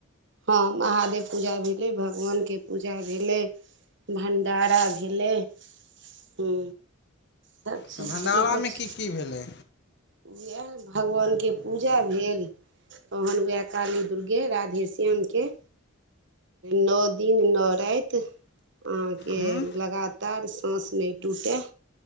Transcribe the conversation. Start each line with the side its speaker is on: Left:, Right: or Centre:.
Right: हँ महादेव पूजा भेले भगवान के पूजा भेले, भण्डारा भेलै हँ, सबचीज
Left: तऽ भण्डारामे
Right: भेलै बड
Left: की की भेलै
Right: उएह भगवान के पूजा भेल तहन वएह काली दुर्गे राधे श्याम के नओ दिन नओ राइत अहाँके
Left: हूँ
Right: लगातार साँस नय टूटय